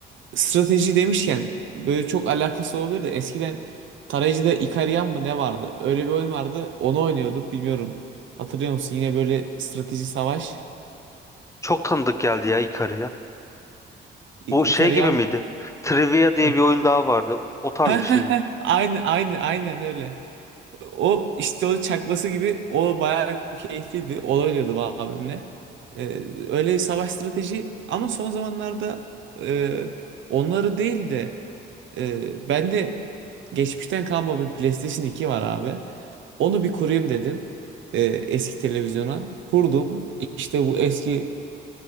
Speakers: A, on the right; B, on the left.
A: Strateji demişken böyle çok alakası olabilir de eskiden tarayıcıda Ikarian mı ne vardı? Öyle bir oyun vardı. Onu oynuyordu. Bilmiyorum. Hatırlıyor musun? Yine böyle strateji savaş.
B: Çok tanıdık geldi ya Ikari ya.
A: İ-
B: Bu şey
A: Ikarian
B: gibi miydi? Trivia diye
A: Heh.
B: bir oyun daha vardı.
A: <laughs>
B: O tarz
A: Heh,
B: bir şey
A: heh,
B: mi?
A: heh. Aynı aynı aynen öyle. O işte o çakması gibi o bayağı keyifliydi. o oynuyordu abimle. Ee, öyle bir savaş strateji ama son zamanlarda e, onları değil de e, ben de geçmişten kalma bir PlayStation 2 var abi. Onu bir kurayım dedim. e, eski televizyona. Kurdum. İşte bu eski